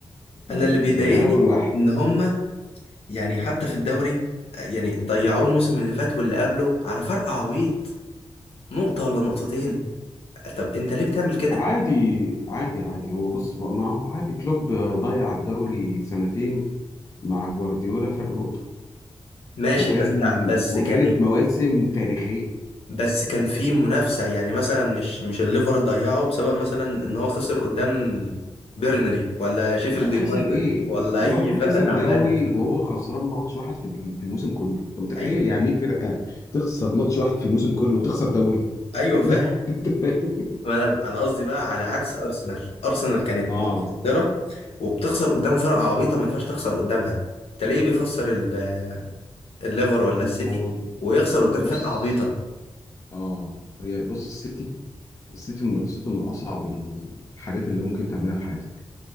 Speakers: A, on the left; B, on the left.
A: ز-
B: انا اللي بيضايقني
A: زهقوا الواحد
B: ان هم يعني حتى في الدوري يعني ضيعوه الموسم اللي فات واللي قبله على فرق عويط نقطه ولا نقطتين طب انت ليه بتعمل كده
A: عادي عادي عادي هو بص بقى- ما هو عادي كلوب ضيع الدوري سنتين مع جوارديولا فرق نقطة
B: ماشي
A: وكان
B: بس بس
A: وكانت
B: يعني
A: مواسم تاريخية
B: بس كان في منافسة يعني مثلا مش مش الليفر ضيعه بسبب مثلا ان هو خسر قدام بيرنلي ولا شيفيلد
A: لا
B: يونايتد
A: خسر ايه
B: ولا
A: ليفربول
B: اي فرقة
A: خسر
B: تعبانة
A: الدوري وهو خسران ماتش واحد في في الموسم كله انت متخيل
B: <laughs> ايوه
A: يعني ايه فرقة تخسر ماتش واحد في الموسم كله وتخسر دوري
B: ايوه فاهم
A: <laughs> أنت فاهم؟
B: ما انا انا قصدي بقى على عكس ارسنال ارسنال كانت
A: اه
B: متصدرة وبتخسر قدام فرقة عبيطة ما ينفعش تخسر قدامها تلاقيه بيخسر ال- الليفر ولا
A: الموضوع
B: السيتي ويخسر قدام
A: بص
B: فرقة عبيطة
A: اه هي بص السيتي السيتي منافسته من اصعب الحاجات اللي ممكن تعملها في حياتك